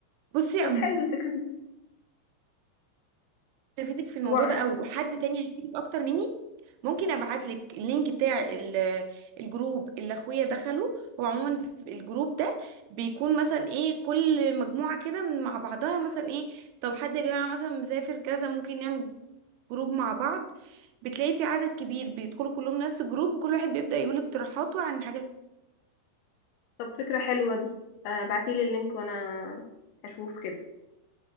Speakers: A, on the right (about 80°); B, on the left (about 75°).
A: بصي
B: طب
A: عموما
B: حلو الفكرة دي
A: فيتك في الموضوع
B: هو
A: ده او حد تاني هيفيدك اكتر مني ممكن ابعت لك اللينك بتاع ال- الجروب اللي اخويا دخله هو عموما في الجروب ده بيكون مثلا ايه كل مجموعه كده من- مع بعضها مثلا ايه طب حد يا جماعه مثلا مسافر كذا ممكن نعمل جروب مع بعض بتلاقي في عدد كبير بيدخلوا كلهم نفس الجروب وكل واحد بيبدأ يقول اقتراحاته عن حاجات
B: طب فكرة حلوة دي آه بعتيلي اللينك وأنا هشوف كده